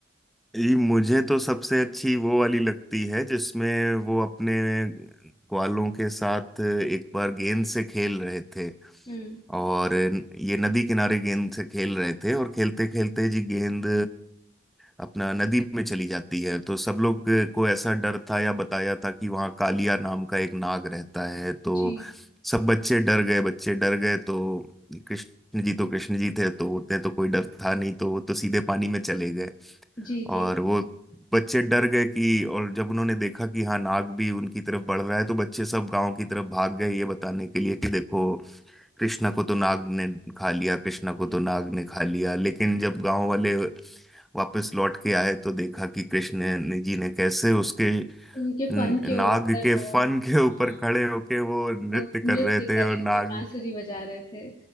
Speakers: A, in the centre; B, on the left.
A: ये मुझे तो सबसे अच्छी वो वाली लगती है जिसमें वो अपने ग्वालों के साथ एक बार गेंद से खेल रहे थे
B: हम्म
A: और ये नदी किनारे गेंद से खेल रहे थे और खेलते खेलते जी गेंद अपना नदी में चली जाती है तो सब लोग को ऐसा डर था या बताया था कि वहाँ कालिया नाम का एक नाग रहता है तो
B: जी
A: सब बच्चे डर गए बच्चे डर गए तो कृष्ण जी तो कृष्ण जी थे तो उतने तो कोई डर था नहीं तो वो तो सीधे पानी में चले गए
B: जी जी
A: और वो
B: जी
A: बच्चे डर गए कि और जब उन्होंने देखा कि हाँ नाग भी उनकी तरफ बढ़ रहा है तो बच्चे सब गांव की तरफ भाग गए ये बताने के लिए कि देखो कृष्णा को तो नाग ने खा लिया कृष्णा को
B: जी
A: तो नाग ने खा लिया लेकिन जब गांव वाले वापस लौट के आए तो देखा कि कृष्ण ने- जी ने कैसे उसके
B: उनके
A: न-
B: फन के
A: नाग
B: ऊपर
A: के
B: वो
A: फन के
B: हाँ,
A: ऊपर खड़े होके वो नृत्य
B: वो
A: कर
B: नृत्य
A: रहे
B: कर
A: थे
B: रहे
A: और नाग
B: थे बांसुरी बजा रहे थे